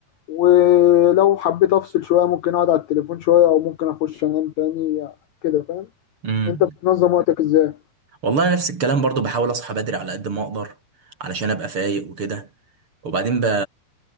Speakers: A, on the left (about 75°); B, on the right (about 35°).
A: ولو حبيت أفصل شوية ممكن أقعد على التليفون شوية أو ممكن أخش أنام تاني كده فاهم
B: امم
A: أنت بتنظم وقتك إزاي
B: والله أنا نفس الكلام برضو بحاول اصحى بدري على قد ما اقدر علشان ابقى فايق وكده وبعدين ب...